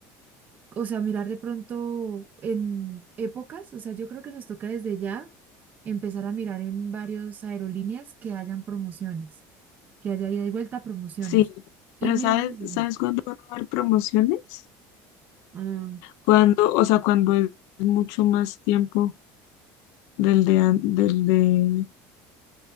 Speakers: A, on the right; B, on the left.
A: o sea, mirar de pronto en épocas, o sea, yo creo que nos toca desde ya empezar a mirar en varias aerolíneas que hayan promociones, que haya ida y vuelta promociones.
B: Sí,
A: Ir
B: pero
A: mirando
B: ¿sabes,
A: desde ya.
B: sabes cuándo van a haber promociones?
A: Ah,
B: Cuando, o sea, cuando es mucho más tiempo del de, an- del de,